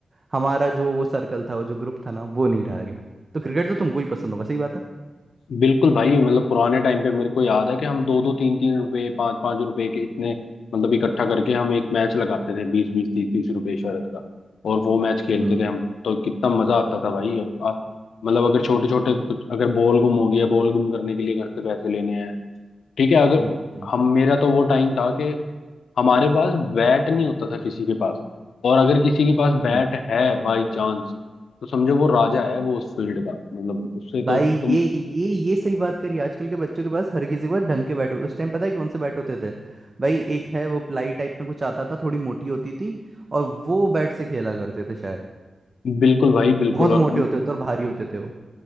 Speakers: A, on the right; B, on the left.
A: हमारा जो वो सर्कल था वो जो ग्रुप था ना वो नहीं रह गया तो क्रिकेट तो तुमको ही पसंद होगा सही बात
B: बिल्कुल भाई मतलब पुराने टाइम पे मेरे को याद है कि हम दो दो तीन तीन रुपए पाँच पाँच रुपए के इतने मतलब इकट्ठा करके हम एक मैच लगाते थे बीस बीस तीस तीस रुपए शरत का और वो मैच खेलते
A: है
B: थे हम तो कितना मजा आता था भाई आ, मतलब अगर छोटे छोटे कुछ अगर बॉल गुम हो गया बॉल गुम करने के लिए घर से पैसे लेने हैं ठीक है अगर
A: हम्म, हम्म,
B: हम मेरा तो वो टाइम था कि हमारे पास बैट नहीं होता था किसी के पास और अगर किसी के पास बैट
A: हम्म।
B: है बाई चांस तो समझो वो राजा है वो उस फील्ड का मतलब उससे तो
A: भाई
B: तुम
A: ये ये ये सही बात करी आजकल के बच्चों के पास हर किसी के पास ढंग के बैट होते उस टाइम पता है कौन से बैट होते थे भाई एक है वो प्लाई टाइप में कुछ आता था थोड़ी मोटी होती थी और वो बैट से खेला करते थे शायद
B: बिल्कुल भाई बिल्कुल
A: बहुत
B: और
A: मोटे होते थे और भारी होते थे वो